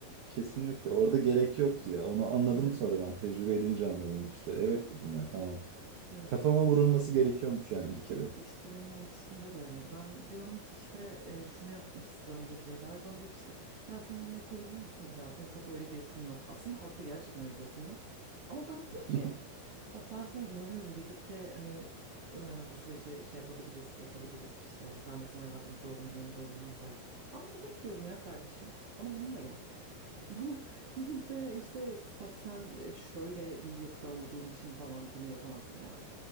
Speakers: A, on the right; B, on the right.
A: Kesinlikle. Orada gerek yoktu ya. Onu anladım
B: Evet,
A: sonra ben. Tecrübe edince anladım işte. Evet dedim ya tamam.
B: evet.
A: Kafama vurulması gerekiyormuş yani bir kere.
B: Evet işte benim o ilişkimde de öyleydi. Ben diyorum ki işte e, şunu yapmak istiyorum geleceğe dair. Bana diyor ki işte ya sen onu yapabilir misin ki ya senin çok öyle bir yapın yok. Aslında haklı gerçekten öyle bir yapım yok. Ama bana de
A: <laughs>
B: ki bak ben sana inanıyorum birlikte hani e, bu süreci şey yapabiliriz yapabiliriz işte ben de sana yardımcı olurum yanında olurum vesaire. Ben bunu bekliyorum ya kardeşim bana bununla gel. <laughs> Bana gidip de işte bak sen e, şöyle bir yapıda olduğun için falan bunu yapamazsın yani